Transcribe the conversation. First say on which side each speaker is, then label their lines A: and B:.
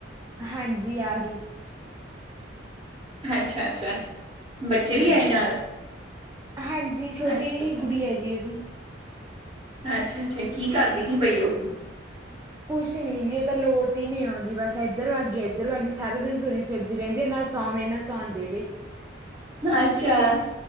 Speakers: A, on the right (about 15°); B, on the right (about 30°).
A: ਹਾਂਜੀ ਆ ਗੇ।
B: ਅੱਛਾ - ਅੱਛਾ। ਬੱਚੇ ਵੀ
A: ਹਾਂਜੀ
B: ਆਏ ਨਾਲ
A: - ਹਾਂਜੀ ਛੋਟੀ
B: ਅੱਛਾ
A: ਏ ਜੀ
B: ਅੱਛਾ
A: ਗੁਡੀਆ ਜੀ ਉਹਦੀ।
B: ਅੱਛਾ - ਅੱਛਾ ਕੀ ਕਰਦੀ? ਪਈ
A: ਹੂ।
B: <inaudible>
A: ਕੁਛ ਨੀ ਜੀ ਉਹ ਤਾਂ ਲੋਟ ਹੀ ਨਹੀਂ ਆਉਂਦੀ, ਬਸ ਇੱਧਰ ਆ ਗਈ, ਇੱਧਰੋਂ ਆ ਗਈ, ਸਾਰੇ ਦਿਨ ਤੁਰੀ ਫਿਰਦੀ ਰਹਿੰਦੀ, ਨਾ ਸੌਵੇ ਨਾ ਸੌਣ ਦੇਵੇ।
B: ਅੱਛਾ!